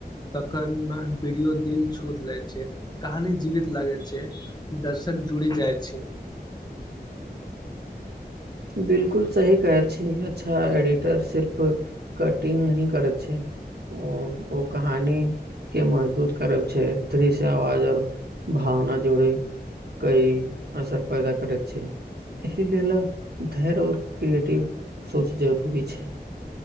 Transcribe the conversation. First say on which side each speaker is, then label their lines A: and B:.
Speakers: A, on the left (about 25°); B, on the right (about 70°).
A: तखन वीडियो दिल छू लेय छै कहानी जीवित लागे छै दर्शक जुड़ी जाय छै
B: बिलकुल सही कहैत छी अच्छा एडिटर सिर्फ कटिंग नहि करैत छै ओ ओ कहानी के मजबूत करैत छै दृश्य आवाज आओर भावना जोड़ी कई असर पैदा करैत छै एहि लेल धैर्य आओर क्रिएटिव सोच जरूरी छै।